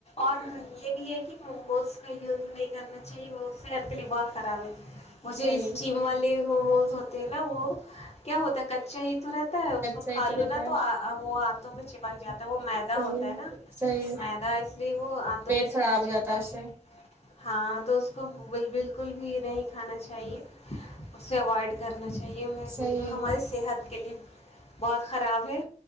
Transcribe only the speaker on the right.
صحیح
صحیح
رہتا
ہے
صحیح
صحیح
پیٹ
خراب
ہو
اس
سے
صحیح